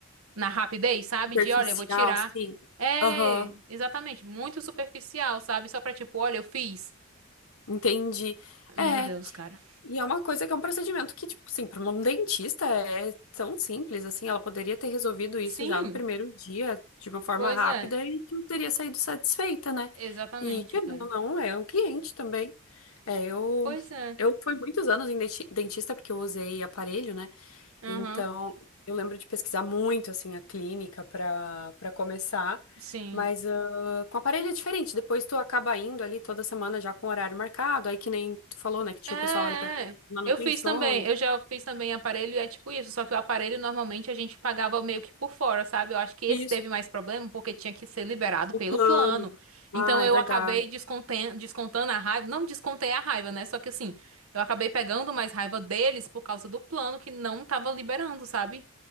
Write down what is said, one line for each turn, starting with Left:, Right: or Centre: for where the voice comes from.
Right: na rapidez, sabe?
Left: Superficial,
Right: De, olha, eu vou tirar.
Left: sim.
Right: É,
Left: Aham,
Right: exatamente, muito superficial, sabe? Só pra tipo, olha, eu fiz.
Left: entendi.
Right: Meu
Left: É,
Right: Deus, cara.
Left: E é uma coisa que é um procedimento que, tipo, assim, para um dentista é tão simples, assim, ela poderia ter resolvido isso
Right: Sim,
Left: já no primeiro dia, de uma forma
Right: pois
Left: rápida,
Right: é,
Left: e tu teria saído satisfeita, né?
Right: exatamente,
Left: E, querendo
Right: cara.
Left: ou não, é um cliente também. É, eu,
Right: Pois é,
Left: eu fui muitos anos em denti- dentista porque eu usei aparelho, né?
Right: aham,
Left: Então, eu lembro de pesquisar muito assim a clínica para para começar,
Right: sim.
Left: mas ah, com aparelho é diferente. Depois tu acaba indo ali toda semana já com horário marcado, aí que nem tu falou, né, que tinha
Right: É,
Left: o pessoal ali para
Right: é.
Left: manutenções.
Right: Eu fiz também. Eu já fiz também aparelho e é tipo isso. Só que o aparelho normalmente a gente pagava meio que por fora, sabe? Eu acho que esse
Left: Isso,
Right: teve mais problema porque tinha que ser liberado
Left: o
Right: pelo
Left: plano.
Right: plano. Então
Left: Ah,
Right: eu
Left: é verdade.
Right: acabei desconten- descontando a raiva. Não descontei a raiva, né? Só que assim, eu acabei pegando mais raiva deles por causa do plano que não tava liberando, sabe?